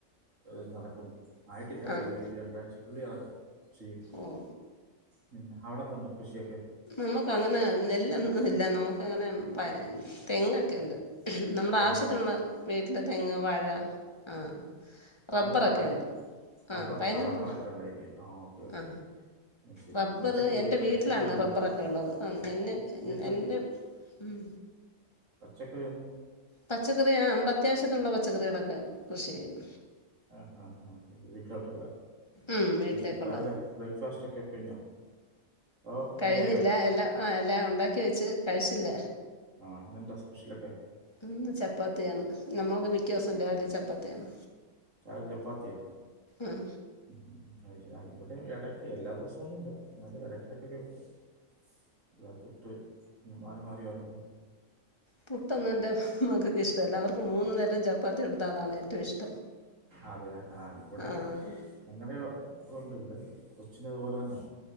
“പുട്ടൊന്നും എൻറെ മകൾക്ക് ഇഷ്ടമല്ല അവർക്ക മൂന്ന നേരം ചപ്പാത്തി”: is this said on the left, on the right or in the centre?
Left